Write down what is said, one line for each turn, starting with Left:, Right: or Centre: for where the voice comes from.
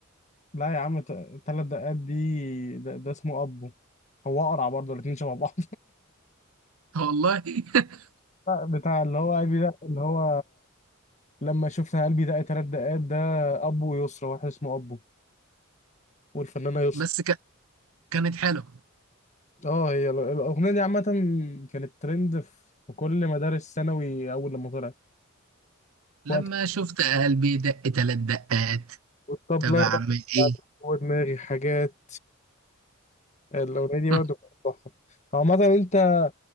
Left: لا يا عم ت- تلات دقات دي ده, ده اسمه ابو هو اقرع برضه الاتنين شبه بعض
Right: والله <laughs>
Left: <laughs> لا، بتاع اللي هو قلبي ده اللي هو لما شفت قلبي دق تلات دقات ده ابو يسرا واحد اسمه ابو والفنانه يسرا
Right: بس ك... كانت حلوه
Left: اه هي ال- الاغنيه دي عامه كانت ترند في في كل مدارس ثانوي اول لما طلعت
Right: لما
Left: وقت
Right: شفت قلبي دق تلات دقات
Left: والطبله
Right: طب اعمل
Left: دخلت
Right: ايه
Left: جوه دماغي حاجات الاغنيه دي
Right: <laughs>
Left: برضه كانت تحفه عامه انت